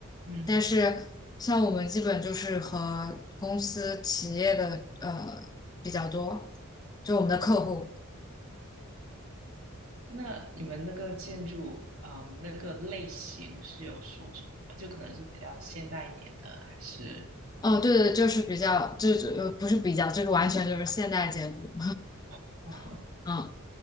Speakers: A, on the right (about 75°); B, on the left (about 20°).
A: 嗯
B: 但是像我们基本就是和公司、企业的呃比较多，就我们的客户。
A: 那你们那个建筑，嗯，那个类型是有说什么的吗？就可能是比较现代一点的，还是，
B: 嗯，对对，就是比较，就是呃不是比较，就是完全就是现代建筑，
A: <laughs> 哦，
B: <laughs> 嗯，